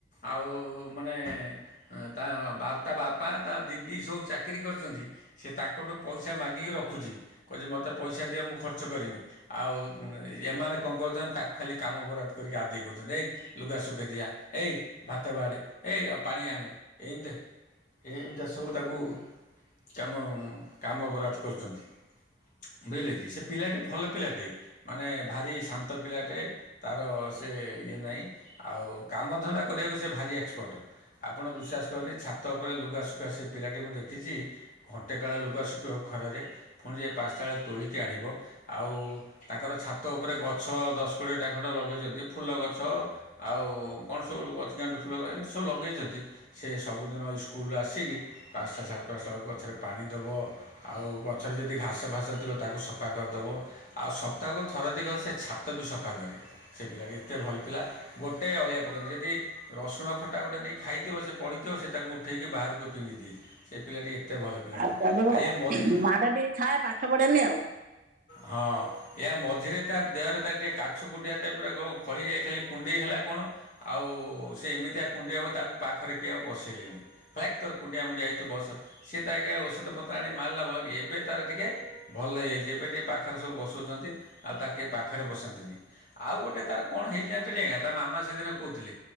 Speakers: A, on the left; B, on the right.
A: ଆଉ ମାନେ ଆ ତା ବାପ ତାବାପା ତା ଦିଦି ସବୁ ଚାକିରି କରିଛନ୍ତି ସେ ତାଙ୍କଠୁ ପଇସା ମାଗିକି ରଖୁଛି। କହୁଛି ମୋତେ ପଇସା ଦିଅ ମୁଁ ଖର୍ଚ୍ଚ କରିମି। ଆଉ ଏମାନେ କଣ କରୁଛନ୍ତି ତାକୁ ଖାଲି କାମ ବରାଦ କରିକି ଆଦେଇ କରୁଛ ଏଇ ଲୁଗାସୁଖେଇ ଦେଇଆ। ଏଇ ଭାତ ବାଢେ ଏଇ ପାଣି ଆଣେ ଏମତିଆ। ଏମିତିଆ ସବୁ ତାକୁ କାମ କାମ ବରାଦ କରୁଛନ୍ତି। ବୁଝିଲେ କି। ସେ ପିଲାଟି ଭଲ ପିଲାଟେ ମାନେ ଭାରି ଶାନ୍ତ ପିଲାଟେ ତାର ସେ ଇଏ ନାହିଁ ଆଉ କାମଧନ୍ଦା କରିବାକୁ ସେ ଭାରି ଏକ୍ସପର୍ଟ ଆପଣ ବିଶ୍ୱାସ କରଵେନି ଛାତ ତାପରେ ଲୁଗା ଶୁଖା ସେ ପିଲାଟି ମୁଁ ଦେଖିଛି ଘଣ୍ଟେ କାଳେ ଲୁଗା ଶୁଖେଇବ ଖରାରେ। ପୁଣି ଯାଇ ପାଞ୍ଚଟା ବେଳେ ତୋଳିକି ଆଣିବ। ଆଉ ତାଙ୍କର ଛାତ ଉପରେ ଗଛ ଦଶ କୋଡ଼ିଏ ଟା ଖଣ୍ଡେ ଲଗେଇଛନ୍ତି ଫୁଲ ଗଛ। ଗଛ ଆଉ କଣ ସବୁ ଗଛ ଗେଣ୍ଡୁ ଫୁଲଗ ଏମିତି ସବୁ ଲଗେଇଛନ୍ତି। ସେ ସବୁଦିନ ଏଇ ସ୍କୁଲରୁ ଆସିକି ପାଞ୍ଚଟା ସାଢ଼େ ପାଞ୍ଚଟା ବେଳକୁ ଗଛରେ ପାଣି ଦେବ। ଆଉ ଗଛରେ ଯଦି ଘାସ ଫାସ ଥିବ ତାକୁ ସଫା କରିଦେବ। ଆଉ ସପ୍ତାହକୁ ଥର ଦି ଥର ସେ ଛାତ ବି ସଫା କରେ ସେ ପିଲାଟି ଏତେ ଭଲ। ପିଲା ଗୋଟେ ଅଳିଆ ପକେବନି ଯଦି ରସୁଣ ଖଟା ଗୋଟେ ନେଇ ଖାଇଥିବ ସେ ପଡ଼ିଥିବ ସେ ତାକୁ ଉଠେଇକି ବାହାରକୁ ଫିଙ୍ଗିଦିଏ ସେ ପିଲାଟି ଏତେ ଭଲ ପିଲାଟା
B: ଆଉ ବାବୁ
A: ଇଏ
B: ମାଡ ଟିକେ ଖାଏ ପାଠ ପଢେନି ଆଉ।
A: ହଁ ୟା ମଝିରେ ତା ଦେହରେ ତାର ଟିକେ କାଛୁ କୁଣ୍ଡିଆ ଟାଇପରକ ଫଳି ଯାଏ ଖାଲି। କୁଣ୍ଡେଇ ହେଲା କଣ ଆଉ ସେ ଏମିତିଆ କୁଣ୍ଡେଇ ହେବ ତାକୁ ପାଖରେ କିଏ ଆଉ ବସେଇଲେନି। ଭାକ ତୋର କୁଣ୍ଡିଆ ମୁଣ୍ଡିଆ ହେଇଛି ତୁ ବସ। ସିଏ ତ ଆଜ୍ଞା ଔଷଧପତ୍ର ଆଣି ମାରିଲା ଭଲ ହେଲ ଏବେ ତାର ଟିକିଏ ଭଲ ହେଇଯାଇଛି ଏବେ ଟିକେ ପାଖରେ ସବୁ ବସୋଉଛନ୍ତି ଆଉ ତାକୁ କିଏ ପାଖରେ ବସାନ୍ତିନି। ଆଉ ଗୋଟେ ତାର କଣ ହେଇଚି ଯାଣିଛନ୍ତି ଆଜ୍ଞା ତା ମାମା ସେଦିନ କହୁଥିଲେ।